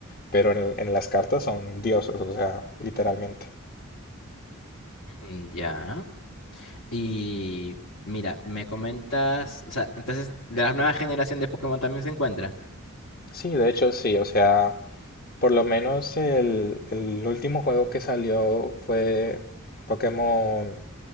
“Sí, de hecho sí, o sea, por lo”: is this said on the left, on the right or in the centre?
Left